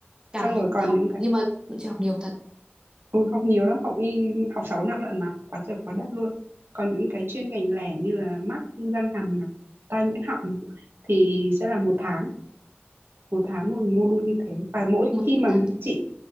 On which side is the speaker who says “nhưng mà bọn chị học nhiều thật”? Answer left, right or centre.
Right